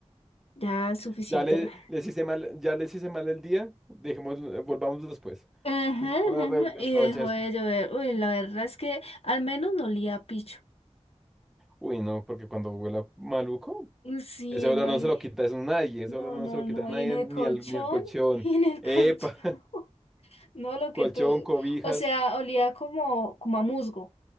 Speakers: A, on the left (about 55°); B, in the centre.
A: ya es suficiente
B: Ya le, les hice mal, ya les hice mal el día. Dejemos, volvamos después.
A: Ajá,
B: Volvamos a
A: ajá,
B: la re- la
A: y
B: revancha
A: dejó
B: después.
A: de llover. Uy, la verdad es que al menos no olía a picho.
B: Uy, no, porque cuando huela maluco,
A: Sí,
B: ese olor
A: no,
B: no
A: li-
B: se lo quita, es nadie. Ese
A: no,
B: olor no
A: no,
B: se lo
A: no,
B: quita a nadie,
A: y en el
B: ni
A: colchón,
B: al, ni al colchón.
A: <laughs> y en el colchón,
B: Epa,
A: no, lo
B: colchón,
A: que tú,
B: cobijas.
A: o sea, olía como, como a musgo, o